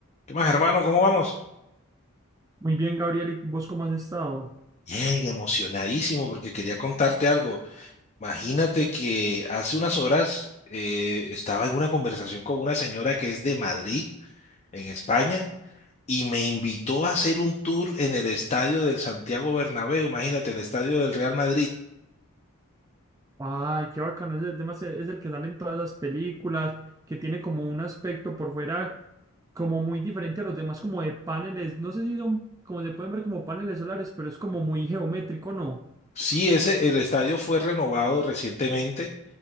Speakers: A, on the left; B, on the right.
A: ¿Qué más, hermano? ¿Cómo vamos?
B: Muy bien, Gabriel, ¿y vos cómo has estado?
A: Bien, emocionadísimo porque quería contarte algo. Imagínate que hace unas horas eh, estaba en una conversación con una señora que es de Madrid, en España, y me invitó a hacer un tour en el estadio del Santiago Bernabéu. Imagínate, el estadio del Real Madrid.
B: Ay, qué bacano, ese tema se- es el que sale en todas las películas, que tiene como un aspecto por fuera como muy diferente a los demás, como de paneles, no sé si son, como se pueden ver como paneles solares, pero es como muy geométrico, ¿no?
A: Sí, ese, el estadio fue renovado recientemente